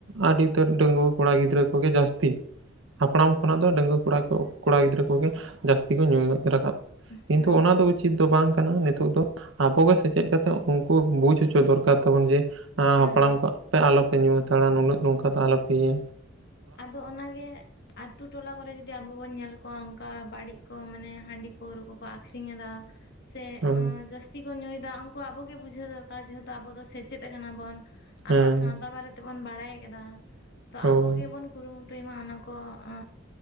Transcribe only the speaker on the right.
ᱟᱹᱰᱤ ᱩᱛᱟᱹᱨ ᱰᱟᱺᱜᱩᱣᱟᱹ ᱠᱚᱲᱟ ᱜᱤᱫᱽᱨᱟᱹ ᱠᱚᱜᱮ ᱡᱟᱹᱥᱛᱤ ᱦᱟᱯᱲᱟᱢ ᱠᱷᱚᱱᱟᱜ ᱫᱚ ᱰᱟᱺᱜᱩᱣᱟᱹ ᱠᱚᱲᱟ ᱠᱚ, ᱠᱚᱲᱟ ᱜᱤᱫᱽᱨᱟᱹ ᱠᱚᱜᱮ ᱡᱟᱹᱥᱛᱤ ᱠᱚ ᱧᱩᱭ ᱨᱟᱠᱟᱵ ᱠᱤᱱᱛᱩ
ᱚᱱᱟ ᱫᱚ ᱩᱪᱤᱛ ᱫᱚ ᱵᱟᱝ ᱠᱟᱱᱟ ᱱᱤᱛᱚᱜ ᱫᱚ ᱟᱵᱚᱜᱮ ᱥᱮᱪᱮᱫ ᱠᱟᱛᱮ ᱩᱱᱠᱩ ᱵᱩᱡ ᱦᱚᱪᱚ ᱫᱚᱨᱠᱟᱨ ᱛᱟᱵᱚᱱ ᱡᱮ ᱟᱸ
ᱦᱟᱯᱲᱟᱢ ᱠᱚ ᱟᱯᱮ ᱟᱞᱚᱯᱮ ᱧᱩ ᱦᱟᱛᱟᱲᱟ ᱱᱩᱱᱟᱹᱜ ᱱᱚᱝᱠᱟ ᱫᱚ ᱟᱞᱚᱯᱮ ᱤᱭᱟᱹ
ᱦᱳᱭ
ᱦᱮᱸ
ᱦᱳᱭ